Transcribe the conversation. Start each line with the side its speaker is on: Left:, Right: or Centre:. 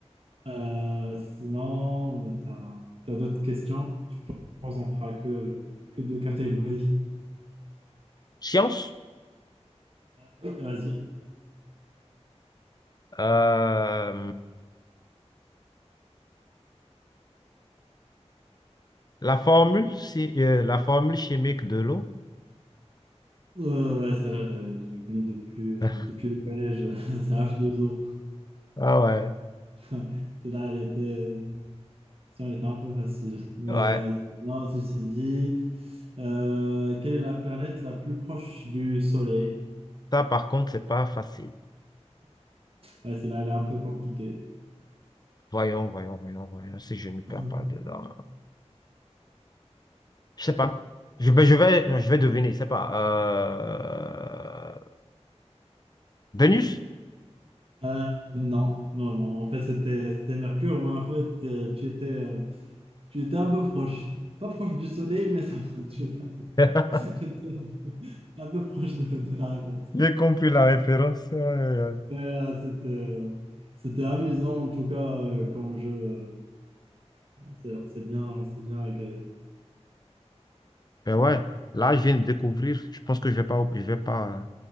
Right: Euh, sinon, euh, t'as, t'as d'autres questions? Je pense qu'on fera que, que deux catégories.
Left: Science.
Right: Euh, oui, vas-y.
Left: Euh, la formule, si- euh, la formule chimique de l'eau.
Right: Euh, ouais, ouais, celle-là, je, je l'ai connue depuis, euh,
Left: <laughs>
Right: depuis le collège. <laughs> C'est H2O.
Left: Ah ouais,
Right: <laughs> Celle-là, elle était, euh, elle était un peu facile. Mais
Left: ouais.
Right: euh, sinon, ceci dit, euh, quelle est la planète la plus proche du Soleil?
Left: Ça, par contre, c'est pas facile.
Right: Ouais, celle-là, elle est un peu compliquée.
Left: Voyons, voyons, voyons, voyons, si je ne perds
Right: <laughs>
Left: pas dedans. Je sais pas. Je, ben, je vais, je vais deviner, je sais pas. Euh, Vénus?
Right: Euh, non, non, non. En fait, c'était c'était Mercure, mais en fait, euh, tu étais, euh, Tu étais un peu proche. Pas proche du soleil, mais ça va. Tu étais un peu,
Left: <laughs>
Right: <laughs> tu étais un peu un peu proche de, de la réponse.
Left: J'ai compris la référence. Aïe, aïe, aïe.
Right: Mais, euh, c'était, euh, c'était amusant, en tout cas, euh, comme jeu. euh, on s'est on s'est bien, on s'est bien régalé.
Left: Ben ouais, là, je viens de découvrir. Je pense que je vais pas, je vais pas euh,